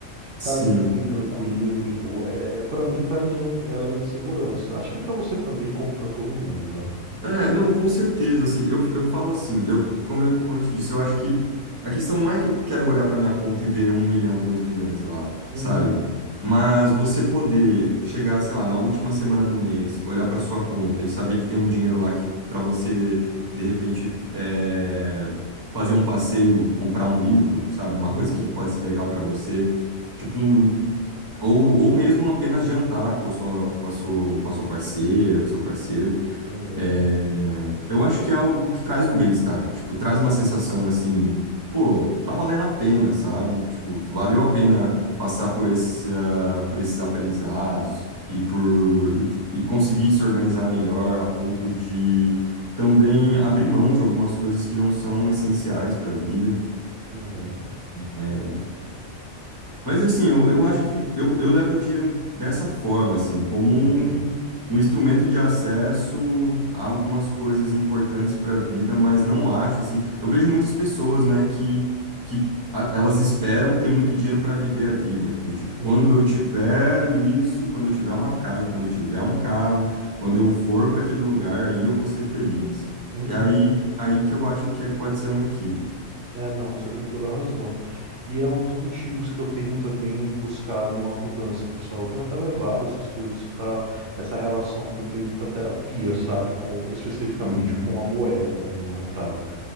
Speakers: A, on the right; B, on the right.
A: Sim.
B: Tá ali tranquilo, de boa. É, para mim traz um elemento de segurança. Acho que pra você também, como pra todo mundo, né?
A: É, não, com certeza, assim, eu, eu falo assim, eu, como eu, como eu te disse, eu acho que a questão não é que eu quero olhar para minha conta e ver um milhão, dois milhões lá,
B: Uhum.
A: sabe? Mas você poder chegar, sei lá, na última semana do mês, olhar para sua conta e saber que tem um dinheiro lá que para você, de repente, é, fazer um passeio, comprar um livro, sabe? Uma
B: Uhum.
A: coisa que pode ser legal para você, tipo um, ou, ou mesmo apenas jantar com a sua, com a sua, com a sua parceira, com o seu parceiro.
B: Uhum.
A: É, eu acho que é algo que traz um bem-estar, tipo, traz uma sensação assim, pô, tá valendo a pena, sabe? Tipo, valeu
B: Uhum.
A: a pena passar por esse, ah, por esses aprendizados e por e, e conseguir se organizar melhor a ponto de também abrir mão de algumas coisas que não são essenciais para a vida.
B: Uhum.
A: É, é, mas assim, eu, eu acho que eu, eu levo o dinheiro dessa forma, assim, como
B: Entendi.
A: um, um instrumento de acesso a algumas coisas importantes para a vida, mas não acho, assim, eu vejo muitas pessoas, né, que, que a- elas esperam ter muito dinheiro para viver a vida, do tipo,
B: Uhum.
A: quando eu tiver isso, quando eu tiver uma casa, quando eu tiver um carro, quando eu for para aquele lugar, aí eu vou ser feliz.
B: Uhum.
A: E aí, aí que eu acho que aí pode ser um equívoco.
B: É, não, você tem toda a razão. E é um dos motivos que eu tenho também buscado uma mudança, pessoal. Eu tenho até levado essas coisas para essa relação que eu tenho para terapia, sabe? Com especificamente
A: Uhum,
B: com a moeda, com o monetário.